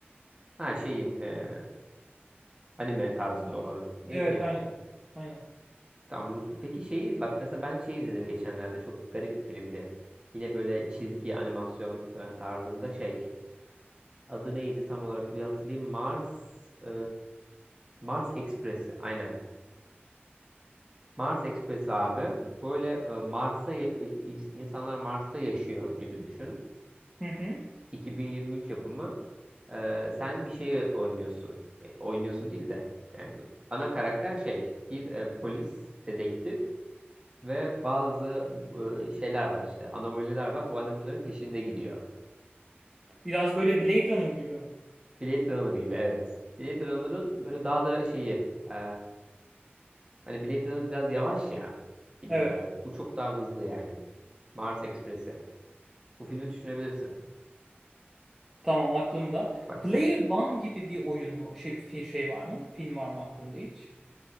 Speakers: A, on the right; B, in the centre.
A: Ha şeyin ee, anime tarzında olanı. Neydi
B: Evet
A: ya?
B: aynen. Aynen.
A: Tam Rus- Peki şeyi bak mesela ben şey izledim geçenlerde çok garip bir filmdi. Yine böyle çizgi animasyon ee, tarzında şey. Adı neydi tam olarak bir hatırlayayım. Mars ee, Mars Express'i aynen. Mars Express abi böyle e, Mars'ta ya- e, ins- insanlar Mars'ta yaşıyor gibi düşün.
B: Hı hı.
A: 2023 yapımı. E, sen bir şeyi oynuyorsun. E, oynuyorsun değil de yani ana karakter şey bir e, polis dedektif ve bazı e, şeyler var işte anomaliler var. Bu anomalilerin peşinde gidiyor.
B: Biraz böyle Blade Runner gibi mi?
A: Blade Runner gibi evet. Blade Runner'ın böyle daha da şeyi e, hani Blade Runner biraz yavaş ya film
B: Evet
A: olarak. Bu çok daha hızlı yani. Mars Express'i. Bu filmi düşünebilirsin.
B: tamam aklımda.
A: Bak
B: Player One gibi bir oyun mu- şey, bir fi- şey var mı? Film var mı aklında hiç?